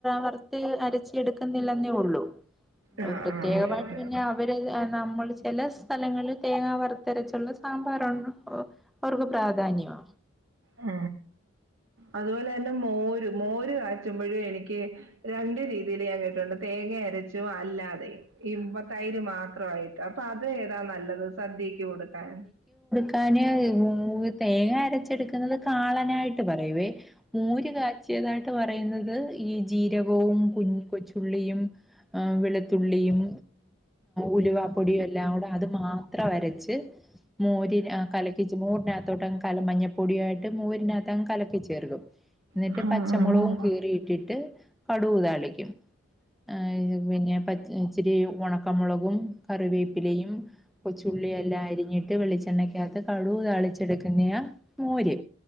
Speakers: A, in the centre; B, on the right.
A: വറുത്ത് അരച്ച എടുക്കുന്നില്ലെന്നേ ഉള്ളൂ
B: ആ
A: പ്രത്യേകമായിട്ട്
B: ആ
A: പിന്നെ നമ്മൾ ചില സ്ഥലങ്ങളിൽ തേങ്ങാ വറുത്തരച്ചുള്ള സാമ്പാറുണ്ട് ഓ അവർക്ക് പ്രാധാന്യമാ
B: ഉ അതുപോലെ തന്നെ മോര് മോര് കാച്ചുമ്പോഴും എനിക്ക് രണ്ട രീതിയിൽ ങ് ഹഅത് പോലെ തന്നമോരും മോര് കാച്ചുമ്പോഴും എനിക്ക് രണ്ടു രീതിയിൽ തേങ്ങ രച്ചും അല്ലാതെയും ഞാൻ കേട്ടിട്ടുണ്ട് തേങ്ങ അരച്ചും അല്ലാതെ യും തൈര് മാത്രമായിട്ട് അപ്പൊ അത് ഏതാ നല്ലത് സദ്യക്ക് കൊടുക്കാൻ
A: ക തേങ്ങ യും തേങ്ങ അരച്ചെടുക്ക ഞങ്ങൾ കാളനായിട്ട് പറയവേ മോര് കാച്ചിയതായിട്ട് പറയുന്നത് ഈ ജീരകവും കുഞ് കൊച്ചുള്ളിയും ആ വെളുത്തുള്ളിയും ഉലുവപ്പൊടിയും എല്ലാം കൂടെ അത് മാത്രം വരച്ച് മോരി കലക്കിച്ച് മോരിനാത്തോട്ട് അങ്ങ് കല മഞ്ഞപ്പൊടിയായിട്ട് മോരിനാത്തോട്ട് കലക്കി ചേർക്കും എന്നിട്ട്
B: ആ
A: പച്ചമുളകവും
B: ആ
A: കീറിയിട്ടിട്ട് കടുവ് താളിക്കും അ ഇ പിന്നെ പച്ച് ഇച്ചിരി ഒണക്കമുളകും, കറിവേപ്പിലയും, കൊച്ചുള്ളിയും, എല്ലാം അരിഞ്ഞിട്ട് വെളിച്ചെണ്ണക്ക അതിനാത്ത് കടു താളിച്ചെടുക്കുന്നയാ മോര്